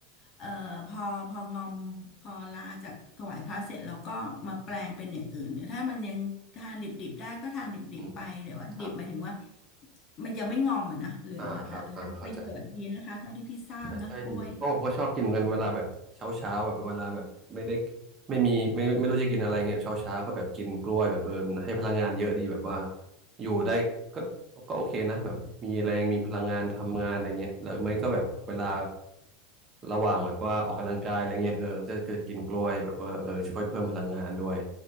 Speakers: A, on the left; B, on the right.
A: เอ่อพอพองอมพอลาจากถวายพระเสร็จเราก็มาแปลงเป็นอย่างอื่นถ้ามันยังทานดิบๆได้ก็ทานดิบๆไปแต่วว่าดิบหมายถึงว่า
B: อืมครับ
A: มันยังไม่งอมอ่ะนะเหลืองแล้วแต่อันนั้นประโยชน์ดีนะคะเท่าที่พี่ทราบเนาะกล้วย
B: อ่าครับอ่าเข้าใจใช่ใช่ดีโอ้ผมก็ชอบกินเหมือนกันเวลาแบบเช้าเช้าแบบเวลาแบบไม่ได้ไม่มีไม่ไม่รู้จะกินอะไรเงี้ยเช้าเช้าก็แบบกินกล้วยแบบเออมันให้พลังงานเยอะดีแบบว่าอยู่ได้ก็ก็โอเคนะแบบมีแรงมีพลังงานทำงานอะไรเงี้ยหรือไม่ก็แบบเวลาระหว่างแบบว่าออกกำลังกายอะไรเงี้ยเออก็จะก็จะกินกล้วยแบบว่าเออช่วยเพิ่มพลังงานด้วย